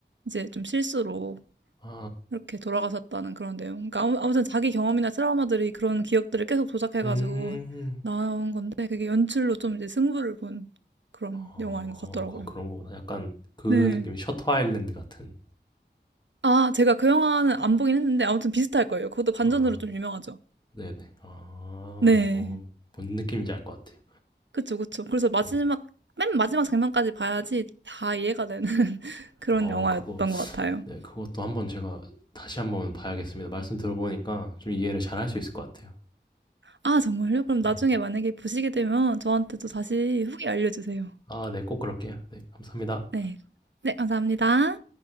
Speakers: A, on the right; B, on the left.
A: 이제 좀 실수로
B: 아,
A: 이렇게 돌아가셨다는 그런 내용. 그러니까 아무- 아무튼 자기 경험이나 트라우마들이 그런 기억들을 계속 조작해가지고
B: 음,
A: 나온 건데 그게 연출로 좀 이제 승부를 본 그런
B: 어,
A: 영화인 것 같더라고요.
B: 거- 그런 거구나. 약간 그 느낌이
A: 네.
B: 셔터 아일랜드 같은.
A: 아, 제가 그 영화는 안 보긴 했는데 아무튼 비슷할 거예요. 그것도 반전으로
B: 아,
A: 좀 유명하죠.
B: 네네. 아, 어,
A: 네.
B: 뭔 느낌인지 알 것 같아요.
A: 그쵸, 그쵸. 그래서 마지막,
B: 네.
A: 맨 마지막 장면까지 봐야지 다 이해가 되는 <laughs> 그런
B: 어,
A: 영화였던
B: 그거,
A: 것 같아요.
B: 네, 그것도 한번 제가 다시 한번 봐야겠습니다. 말씀 들어보니까 좀 이해를 잘할 수 있을 것 같아요.
A: 아, 정말요? 그럼
B: 네.
A: 나중에 만약에 보시게 되면 저한테 또 다시 후기 알려주세요.
B: 아 네. 꼭 그럴게요. 네. 감사합니다.
A: 네. 네, 감사합니다.